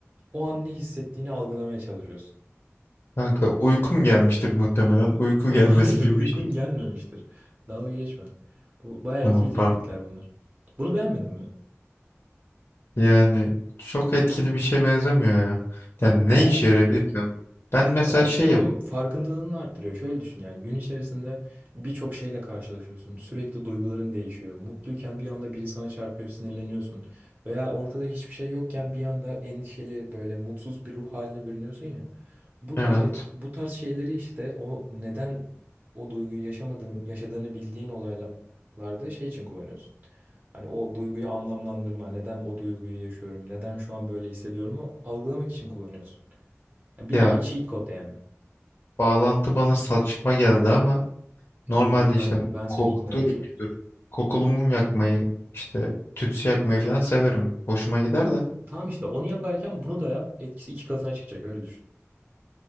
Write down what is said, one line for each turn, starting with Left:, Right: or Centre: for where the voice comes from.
Right: o an ne hissettiğini algılamaya çalışıyorsun.
Left: Kanka uykum gelmiştir muhtemelen. Uyku gelmesi
Right: Hayır,
Left: gibi
Right: uykun
Left: bir şey.
Right: gelmemiştir. Dalga geçme. Bu bayağı
Left: Tamam
Right: etkili teknikler
Left: pardon.
Right: bunlar. Bunu beğenmedin mi?
Left: Yani çok etkili bir şeye benzemiyor ya. Yani ne
Right: Ya
Left: işe yarayabilir ki? Ben mesela
Right: Ya işte
Left: şeyim.
Right: oğlum farkındalığını arttırıyor. Şöyle düşün yani gün içerisinde birçok şeyle karşılaşıyorsun. Sürekli duyguların değişiyor. Mutluyken bir anda biri sana çarpıyor, sinirleniyorsun. Veya ortada hiçbir şey yokken bir anda endişeli böyle mutsuz bir ruh haline bürünüyorsun ya. Bu tarz
Left: Evet.
Right: et- bu tarz şeyleri işte o neden o duyguyu yaşamadığın, yaşadığını bildiğin olaylarda şey için kullanıyorsun. Hani o duyguyu anlamlandırma, neden o duyguyu yaşıyorum, neden şu an böyle hissediyorumu algılamak için kullanıyorsun. Yani bir
Left: Ya
Right: nevi cheat code yani.
Left: bağlantı bana saçma geldi ama normalde
Right: Dur dur ben
Left: işte
Right: ben seni
Left: koktur
Right: ikna edeceğim.
Left: bir dur. Kokulu mum yakmayı işte tütsü yakmayı falan severim. Hoşuma gider de.
Right: Tamam işte onu yaparken bunu da yap. Etkisi iki katına çıkacak öyle düşün.